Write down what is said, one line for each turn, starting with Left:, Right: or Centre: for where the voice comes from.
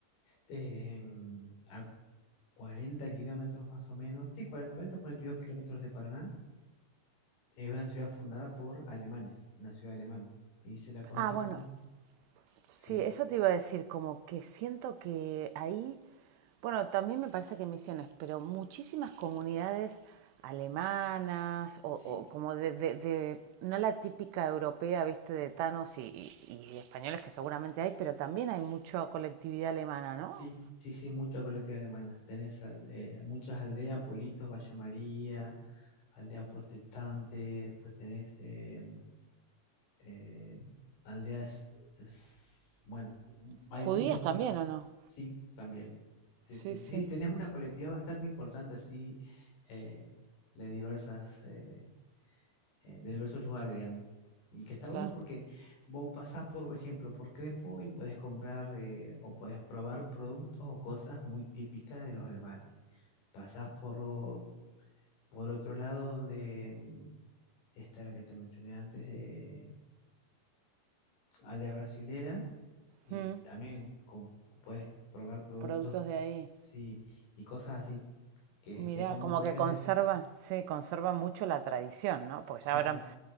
Left: em, a 40 kilómetros más o menos, sí, cuarenta cuarenta cuarenta y dos kilómetros de Paraná Es una ciudad fundada por alemanes, una ciudad alemana. Y se la conoce
Right: Ah, bueno,
Left: como...
Right: Sí,
Left: Sí,
Right: eso te iba a decir, como que siento que ahí, bueno, también me parece que misiones, pero muchísimas comunidades alemanas o,
Left: sí,
Right: o como de, de- de- no la típica europea, viste, de tanos y, y- y españoles que seguramente hay, pero también hay mucha colectividad alemana, ¿no?
Left: sí, sí, sí, mucha colectividad alemana. Tenés al- eh, muchas aldeas, Politos, Valle María, aldea protestante, después tenés eh, eh, aldeas... es- bueno, hay
Right: Judías
Left: muchos... poli-
Right: también, ¿o no?
Left: Sí, también. Sí,
Right: Sí,
Left: sí,
Right: sí,
Left: sí, tenés una colectividad bastante importante así, eh, de diversas... eh, eh, de diversos lugares, digamos. Y que está
Right: claro.
Left: bueno porque vos pasás, por ejemplo, por Crespo y podés comprar eh, o podés probar productos o cosas muy típicas de los alemanes. Pasás por, o- por otro lado donde mm, está la que te mencioné antes, de Aldea Brasilera, y
Right: Mm,
Left: también com- podés probar productos
Right: productos
Left: que-
Right: de ahí.
Left: sí, y cosas así, que,
Right: Mira,
Left: que son
Right: como
Left: muy propias
Right: que conservan,
Left: del...
Right: sí, conservan mucho la tradición, ¿no? Porque ya
Left: Exacto.
Right: habrán,